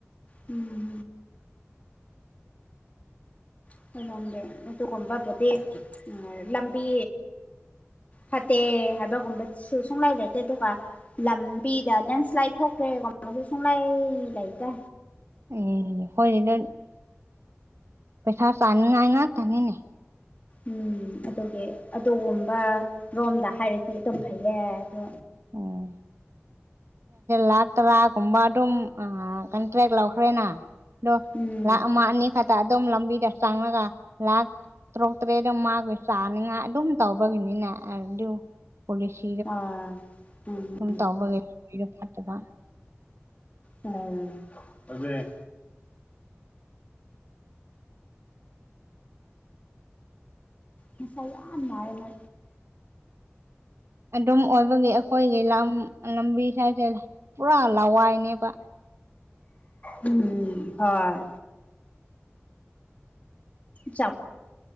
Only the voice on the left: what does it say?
ꯎꯝ <unintelligible> ꯑꯗꯨꯒꯨꯝꯕꯗꯤ ꯑ ꯂꯥꯝꯕꯤ ꯐꯠꯇꯦ ꯍꯥꯏꯕꯒꯨꯝꯕꯁꯨ ꯁꯨꯡꯂꯩ ꯂꯩꯇꯦ ꯑꯗꯨꯒ ꯂꯝꯕꯤꯗ ꯂꯦꯟꯁ꯭ꯂꯥꯏꯠ ꯊꯣꯛꯈ꯭ꯔꯦꯒꯨꯝꯕꯁꯨ ꯁꯨꯡꯂꯩ ꯂꯩꯇꯦ
ꯎꯝ ꯑꯗꯨꯒꯤ ꯑꯗꯨꯒꯨꯝꯕ ꯔꯣꯝꯗ ꯍꯥꯏꯔꯗꯤ ꯑꯗꯨꯝ ꯐꯩꯌꯦ ꯑꯗꯨ
ꯎꯝ
ꯑꯥ ꯆꯨꯝꯃꯤ
ꯎꯝ <unintelligible> ꯃꯁꯥ ꯌꯥꯝ ꯅꯥꯜꯂꯦ ꯃꯥ
ꯎꯝ ꯍꯣꯏ ꯆꯥꯎ